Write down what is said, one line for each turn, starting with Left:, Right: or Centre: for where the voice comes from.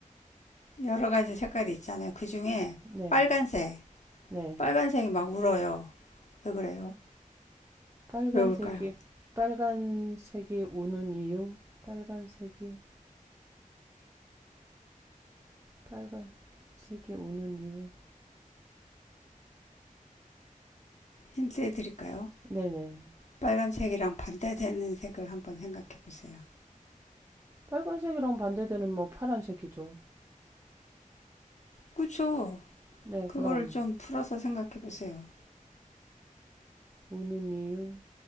Left: 여러 가지 색깔이 있잖아요. 그 중에
Right: 네.
Left: 빨간색,
Right: 네.
Left: 빨간색이 막 울어요. 왜 그래요?
Right: 빨간색이,
Left: 왜 울까요?
Right: 빨간색이 우는 이유? 빨간색이. 빨간색이 우는 이유.
Left: 힌트 드릴까요?
Right: 네네.
Left: 빨간색이랑 반대되는 색을 한번 생각해 보세요.
Right: 빨간색이랑 반대되는 뭐 파란색이죠.
Left: 그쵸?
Right: 네,
Left: 그거를
Right: 그럼
Left: 좀 풀어서 생각해 보세요.
Right: 우는 이유